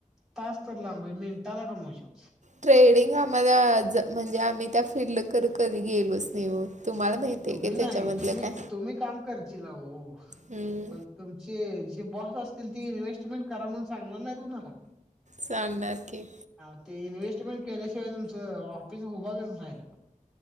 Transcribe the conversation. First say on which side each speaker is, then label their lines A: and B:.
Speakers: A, in the centre; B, on the right.
A: तास तर लांब हाय मिंटाला कमवशीला.
B: ट्रेडिंग आम्हाला म्हणजे आम्ही त्या फिल्ड कड कधी गेलोच नाही ओ तुम्हाला माहिती
A: तुम्ही
B: आहे की त्याच्यामधलं
A: नाही, तुम्ही,
B: काय
A: तुम्ही काम करशीला ओ
B: हम्म
A: पण तुमचे जे बॉस असतील ती इन्व्हेस्टमेंट करा म्हणून सांगणार नाही तुम्हाला?
B: सांगणार की.
A: हा ते इन्व्हेस्टमेंट केल्याशिवाय तुमचं ऑफिस उभा कसं राहिल मग?